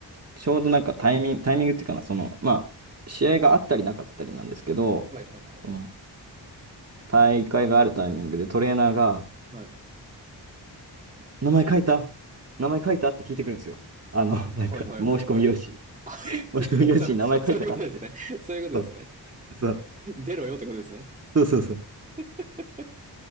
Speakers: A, on the right; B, on the right.
A: ちょうどなんかタイミング、タイミングっていうかな、その、まあ、試合があったりなかったりなんですけど、
B: はいはいはい。
A: その大会があるタイミングでトレーナーが、
B: はい。
A: 名前書いた名前書いたって聞いてくるんですよ。あの、
B: な、
A: なんか、
B: はいはいはいはい。
A: 申し込み用紙に。
B: あ、<laughs>
A: <laughs> 申し込み用紙に名前書いたかって。
B: そう、そういうことですね。そういうことですね。
A: そう、そう。
B: 出ろよってことですね。
A: そうそうそう。
B: <laughs>